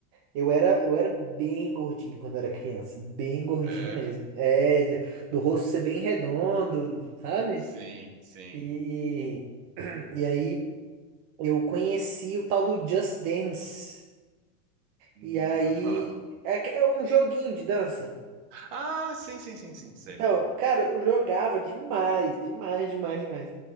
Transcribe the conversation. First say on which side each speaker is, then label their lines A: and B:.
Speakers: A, on the right; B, on the right.
A: Eu era, eu era bem gordinho quando eu era criança. Bem gordinho
B: É,
A: mesmo. É, do rosto ser bem redondo, sabe?
B: sim, sim.
A: E. <clears throat> E aí eu conheci o tal do Just Dance.
B: Nunca
A: E aí.
B: ouvi falar.
A: É, que- é um joguinho de dança.
B: Ah, sim, sim, sim, sim, sei.
A: Então, cara, eu jogava demais, demais, demais, demais.